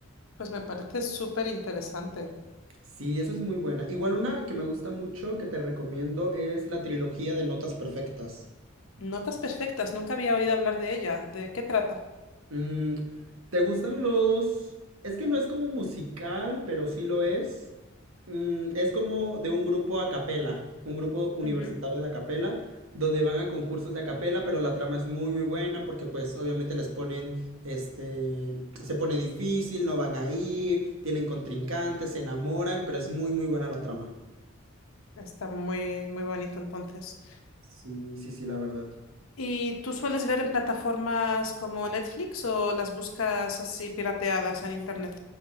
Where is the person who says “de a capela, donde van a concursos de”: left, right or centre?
Right